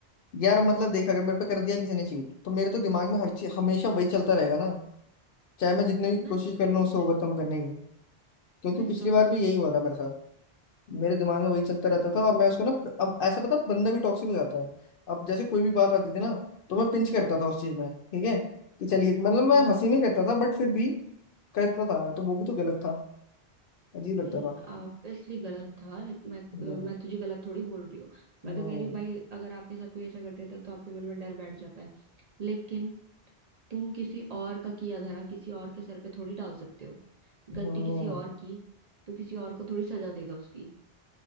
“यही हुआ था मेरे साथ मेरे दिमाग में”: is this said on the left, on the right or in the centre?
Left